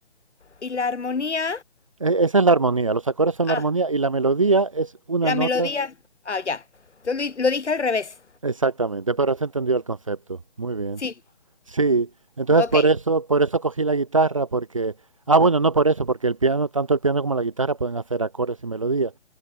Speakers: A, on the left (about 80°); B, on the right (about 30°).
A: y la armonía,
B: E- esa es la armonía, los acordes son
A: ah,
B: la armonía y la melodía es una
A: la
B: nota
A: melodía, ah, ya. Yo lo, lo dije al revés,
B: exactamente, pero se entendió el concepto. Muy bien.
A: sí,
B: Sí, entonces
A: ok.
B: por eso, por eso cogí la guitarra, porque, ah, bueno, no por eso, porque el piano, tanto el piano como la guitarra pueden hacer acordes y melodía,